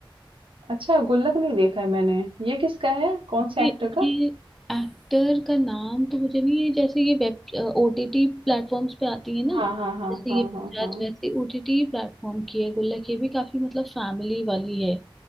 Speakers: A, on the right; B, in the centre.
A: अच्छा, गुल्लक नहीं देखा है मैंने। ये किसका है? कौन से
B: ये
A: एक्टर का?
B: ये एक्टर का नाम तो मुझे नहीं है जैसे ये वेब ओटीटी प्लेटफॉर्म्स पे आती है ना
A: हाँ, हाँ, हाँ,
B: जैसे
A: हाँ,
B: ये
A: हाँ,
B: पंचायत
A: हाँ।
B: वैसे ओटीटी प्लेटफॉर्म की है गुल्लक ये भी काफी मतलब फैमिली वाली है